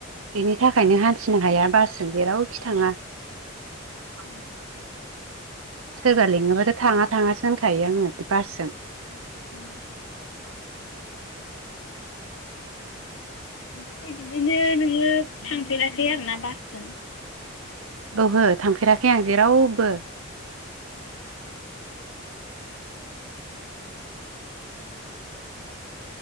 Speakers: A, on the right; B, on the left.
A: बेनि थाखायनो हान्थिनो हाया बासजों जेरावखि थाङा ।
B: औ
A: <inaudible> सोरबा लिङोबाथाय थाङा थाङासो होनखायो आङो बासजों।
B: उम उम । ओमफ्राय बिदिनो नोङो थांफेराखै आरोना बासजों?
A: औहो थांफेराखै आं जेरावबो।
B: <inaudible>